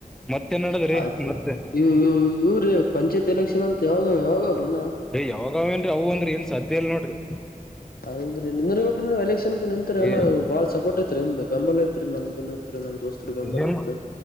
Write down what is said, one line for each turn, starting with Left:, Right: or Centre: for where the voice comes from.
Centre: ಮತ್ತೆನ್ ನೋಡದ್ರೀ
Left: ಆಯ್ತು
Centre: ಮತ್ತೆ
Left: ಇವ್ ಇವ್ ಇವ್ರಿ ಪಂಚಾಯತ್ ಎಲೆಕ್ಷನ್ ಅಂತ ಯಾವಾಗ ಯಾವಾಗ ಅವ್ರಿನ
Centre: ಅೀ ಯಾವಾಗಾವೇಏನ್ರಿ ಅವು ಅಂದ್ರಿ ಏನ್ ಸಾಧ್ಯ ಇಲ್ ನೋಡ್ರಿ
Left: ಹೌದ್ರಿ ನಿರಿಬೇಕ್ರ ನೀವು ಎಲೆಕ್ಷನ್ಕ್ ನಿಂತತ್ರಿ ಎಾ
Centre: ಏ
Left: ಬಾಳ್ ಸಪೋರ್ಟ್ ಐತ್ರಿ ನಿಂದ ಬೆಂಬಲ ಐತ್ರಿ ನಮ್ದು ತ್ರಿ ನಮ್ ದೋಸ್ತ್ ಬೆಂಬಲ
Centre: ಏನ್
Left: ಐತ್